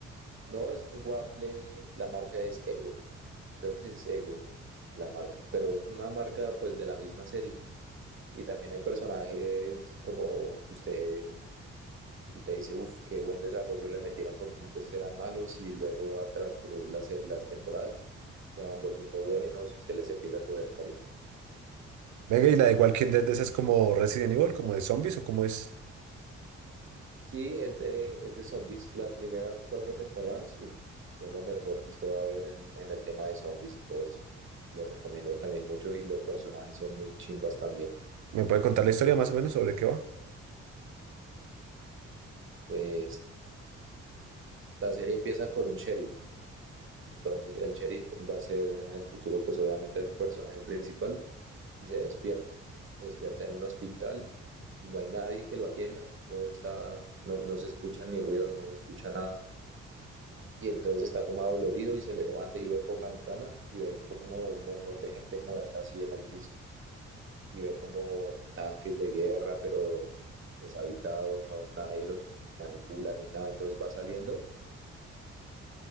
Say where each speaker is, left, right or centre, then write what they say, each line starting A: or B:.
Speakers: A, on the right; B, on the right.
A: No es un waffle, la marca es Ego. Creo que es Ego la marca, pero es una marca pues de la misma serie. Y también hay personajes como que usted, que usted dice, uff, qué buen desarrollo le metieron porque antes eran malos y luego al transcurrir las, las temporadas se van volviendo buenos y usted les empieza a coger cariño.
B: Venga, y la de Walking Dead, ¿esa es como Resident Evil, como de zombies o cómo es?
A: Sí, es de, es de zombies. Las primeras cuatro temporadas, uf, son lo mejor que usted va a ver en, en el tema de zombies y todo eso. Le recomiendo también mucho y los personajes son muy chimbas también.
B: ¿Me puede contar la historia más o menos sobre qué va?
A: Pues la serie empieza con un sheriff. Entonces el sheriff va a ser en el futuro, pues obviamente el personaje principal y se despierta. Se despierta en un hospital y no hay nadie que lo atienda. Todo está, no, no se escuchan ni ruidos, no se escucha nada. y entonces está como adolorido y se levanta y ve por la ventana y ve como un montón de gente muerta así en el piso y ve como tanques de guerra pero deshabitados, no, nadie los manipula ni nada, entonces va saliendo,